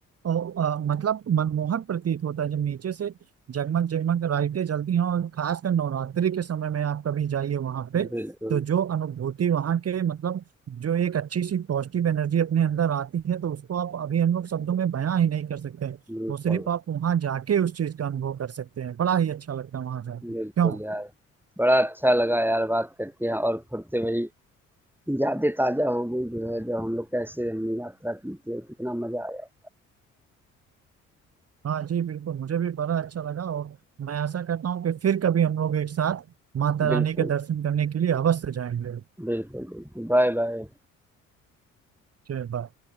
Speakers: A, on the right; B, in the centre.
A: और अ, मतलब मनमोहक प्रतीत होता है जब नीचे से जगमग जगमग लाइटें जलती हैं और खासकर नवरात्रि के समय में आप कभी जाइए वहां पे
B: बिल्कुल,
A: तो जो अनुभूति वहां के मतलब जो एक अच्छी सी पॉजिटिव एनर्जी अपने अंदर आती है तो उसको आप अभी हम लोग शब्दों में बयां ही नहीं कर सकते हैं
B: बिल्कुल,
A: वो सिर्फ आप वहां जाके उस चीज का अनुभव कर सकते हैं बड़ा ही अच्छा लगता है वहां जाकर
B: बिल्कुल
A: क्यों
B: यार। बड़ा अच्छा लगा यार बात करके और फिर से वही यादें ताज़ा हो गई जो है, जब हम लोग कैसे हमने यात्रा की थी और कितना मज़ा आया।
A: हाँ जी बिल्कुल मुझे भी बड़ा अच्छा लगा और मैं आशा करता हूँ कि फिर कभी हम लोग एक साथ माता
B: बिल्कुल,
A: रानी के दर्शन करने के लिए अवश्य जाएंगे
B: बिल्कुल, बिल्कुल। Bye, bye.
A: जय बाबा